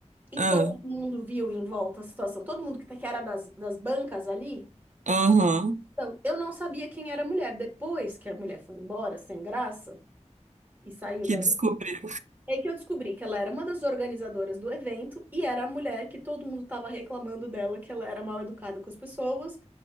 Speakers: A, on the right; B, on the right.
A: e
B: Ah,
A: todo mundo viu em volta a situação, todo mundo que, tá- que era das, das bancas ali,
B: Aham.
A: Então, eu não sabia quem era a mulher. Depois que a mulher foi embora, sem graça, e saiu
B: Que
A: dali,
B: descobriu.
A: é que eu descobri que ela era uma das organizadoras do evento e era a mulher que todo mundo estava reclamando dela, que ela era mal educada com as pessoas